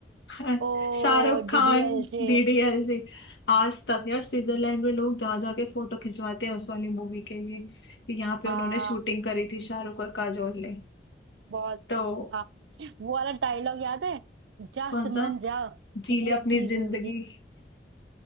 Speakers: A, on the left (about 75°); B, on the right (about 85°).
A: हाँ,
B: ओ
A: शाहरुख खान
B: डी डी एल जे
A: डीडीएलजे आज तक यार स्विट्जरलैंड में लोग जा जा के फोटो खिंचवाते हैं उस वाली मूवी के लिए कि यहाँ पे
B: हाँ
A: उन्होंने शूटिंग करी थी शाहरुख और काजोल ने
B: बहुत
A: तो
B: हाँ वो वाला डायलॉग याद है जा
A: कौन
B: सिमरन
A: सा
B: जा
A: जी
B: जी
A: ले
B: ले अपनी
A: अपनी जिंदगी
B: जिंदगी